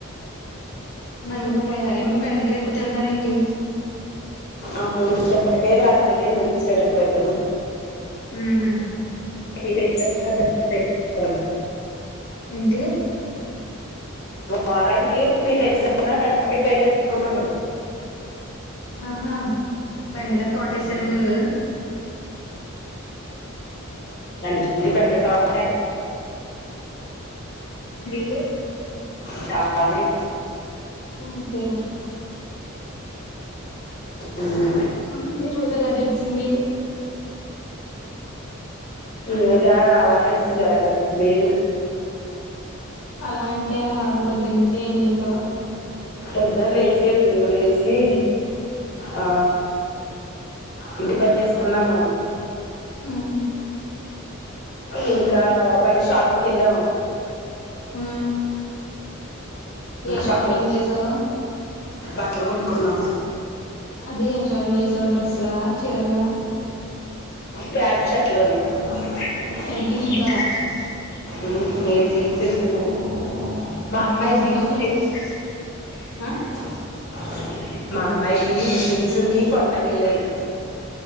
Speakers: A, on the left; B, on the left.
A: బెండకై ఫ్రై యా ఏమి బెండకాయలు ఎక్కువ తింటార్ ఏంటి
B: అవును బెండకైల్ మని మంచిగ కనిపతను
A: ఊహూ
B: తెస్తా
A: ఏంటి
B: వారానికి త్రీ టైమ్స్ అన్న బెండకై ఫ్రై చేసుకుంటాం మేం
A: ఆహా బెండకాయలు తోటేసారా మీరు
B: హమ్ బెండకాయ తోటలే
A: ది
B: చాలానే
A: ఒకే
B: ఉమ్,
A: ఆహ మీరు లగేజ్ సింది
B: లేేజ అలా గడిసింది ఎలా గడిసింది
A: అలా అంటే ఎలా బద్దనుంచి ఏం చేశావ్
B: పొద్దన్ లేసే ఇంగ లేసి ఆ ఇంటి పని చేసుకున్నము
A: హ్మ్
B: ఇంకా భై షాపింగ్ కెల్లాము
A: హ్మ్ ఏ షాపింగ్
B: బట్టలు
A: చేసావు
B: బట్టలు కొనుక్కునామ్
A: అదే ఏం షాపింగ్ చేసావ్ డ్రస్లా చీర్లా
B: ప్యాంట్ షట్లూనయ్ <unintelligible>
A: ఎవరికి నీకా
B: నేను జీన్స్ ఎస్కుంటానా మా అమ్మాయి
A: ఇంట్లోనా
B: జీన్స్
A: బయట
B: టీ <unintelligible>
A: ఆ
B: మా అమ్మాయికి జీన్స్ కి కొన్నకెళ్ళాను